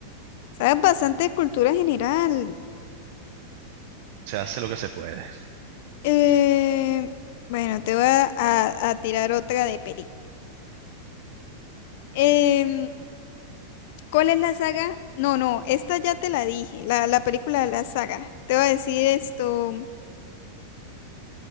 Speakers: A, on the left (about 55°); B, on the right (about 50°).
A: Sabes bastante de cultura general.
B: Se hace lo que se puede.
A: Eh, bueno, te voy a, a- a tirar otra de película. Em, ¿cuál es la saga? No, no, esta ya te la dije, la, la película de la saga. Te voy a decir esto. <clears throat> <laughs>